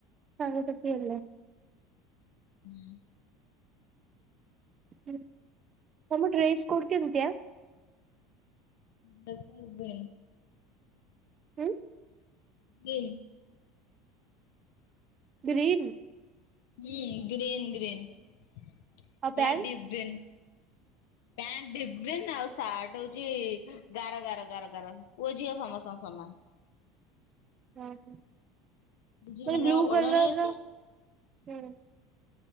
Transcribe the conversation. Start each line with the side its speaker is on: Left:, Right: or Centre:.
Right: ସାଙ୍ଗସାଥି ହେଲେ
Left: ହୁଁ
Right: ହୁଁ ତମ ଡ୍ରେସ୍ କୋଟ କେମିତିଆ?
Left: <unintelligible> ଜିବେ
Right: ହୁଁ
Left: କିଏ?
Right: ଗ୍ରୀନ୍
Left: ହୁଁ ଗ୍ରୀନ୍ ଗ୍ରୀନ୍ ପାଲ
Right: ଆଉ pant
Left: deep green pant deep green ଆଉ ସାର୍ଟ ହଉଛି ଗାର ଗାର ଗାର ଗାର ପୁଅ ଝିଅ ସମସ୍ତଙ୍କ ସମାନ
Right: ହୁଁ ମାନେ
Left: ଝିଅ ମାନଙ୍କର
Right: ବ୍ଲୁ ଉ
Left: ଓଢଣୀ
Right: କଲର
Left: ଅଛି
Right: ର ହୁଁ